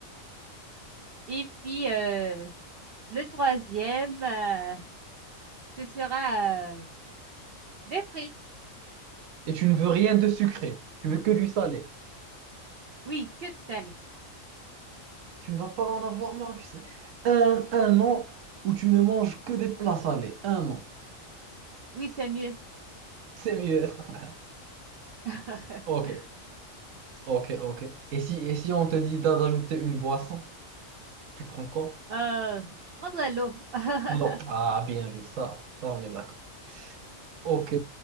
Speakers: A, on the right; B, on the right.
A: Et puis, euh, le troisième, euh, Ce sera euh, des frites.
B: Et tu ne veux rien de sucré. Tu veux que du salé.
A: Oui, que du salé.
B: Tu ne vas pas en avoir marre du salé. Un, un an où tu ne manges que des plats salés. Un an.
A: Oui, c'est mieux.
B: C'est mieux. <laughs>
A: <laughs>
B: Ok, ok, ok. Et si, et si on te dit d'a- d'ajouter une boisson, tu prends quoi?
A: Euh, je prendrai l'eau. <laughs>
B: Non. Ah, bien vu, ça, ça, on est d'accord. Ok.